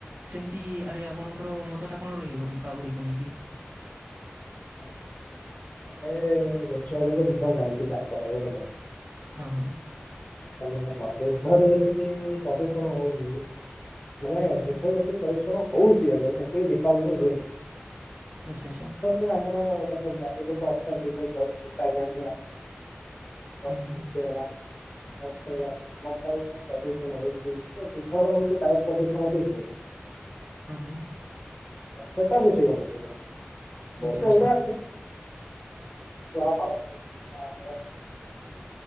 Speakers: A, on the right; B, on the left.
A: ସେମିତି ଆରେ ଆପଣଙ୍କର ମତ ଟା କଣ ରହିବ ଦି ପାବଳିକୁ ନେଇକି?
B: <unintelligible> ଦେଖିବାକୁ ଗଲେ ବୁଦ୍ଧ ଜାଲୁ ଚାରି ପଟ ଦେଲେ।
A: ହଁ, ହଁ।
B: ଦେଖ ବୃଦ୍ଧରେ ଯେତିକି ପ୍ରଦୂଷଣ ହଉନି ମାନେ
A: ହୁଁ, ହୁଁ।
B: ବୃଦ୍ଧ ଯେତେ ପ୍ରଦୂଷଣ ହଉଛି ଏବେ, ସେତିକି ଦୀପାବଳିରେ ହୁଏନି।
A: ଆଚ୍ଛା, ଆଚ୍ଛା।
B: ଏଠି ଆମର କେତେ ଜ୍ଞାନୀ ଲୋକ ଅଛନ୍ତି କଣ
A: ହୁଁ, ହୁଁ।
B: ଫୁଟେଇବା କଣ ଫୁଟେଇବା ପ୍ରଦୂଷଣ ହଉଛି। ତ ଦୁର୍ବଳ ହଉଛି ବାୟୁ ପ୍ରଦୂଷଣ ବି ହୁଏ
A: ହଁ ହଁ।
B: ସେଟା ବୁଷଗଲା ସେଇଟା।
A: ଆଚ୍ଛା,
B: ସେଇଟା
A: ଆଚ୍ଛା।
B: <unintelligible>